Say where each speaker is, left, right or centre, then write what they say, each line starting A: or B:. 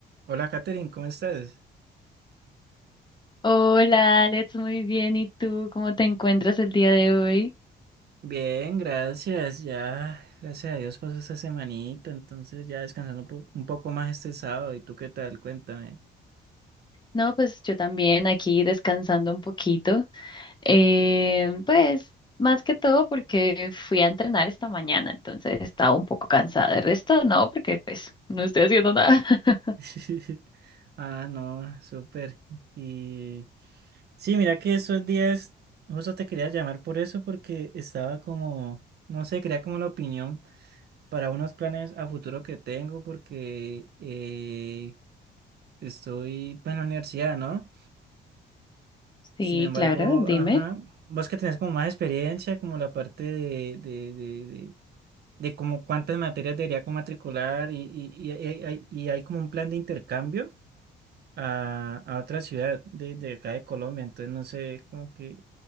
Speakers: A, on the right; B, on the left.
A: Hola, Katherine, ¿cómo estás?
B: Hola Alex, muy bien. ¿Y tú cómo te encuentras el día de hoy?
A: Bien, gracias. Ya, gracias a Dios pasó esta semanita, entonces ya descansando un, po- un poco más este sábado. ¿Y tú qué tal? Cuéntame.
B: No, pues yo también aquí descansando un poquito. Eh, pues más que todo porque fui a entrenar esta mañana, entonces estaba un poco cansada. El resto no, porque pues no estoy haciendo nada. <laughs>
A: <laughs> Ah, no, súper. Y sí, mira que esos días, justo te quería llamar por eso, porque estaba como, no sé, quería como la opinión para unos planes a futuro que tengo, porque eh, estoy pues, en la universidad, ¿no?
B: Sí,
A: Sin embargo,
B: claro, dime.
A: ajá, vos que tenés como más experiencia, como la parte de, de, de, de, de como cuántas materias debería como matricular y, y, y, hay, hay- y hay como un plan de intercambio a, a otra ciudad de, de acá de Colombia, entonces no sé, como que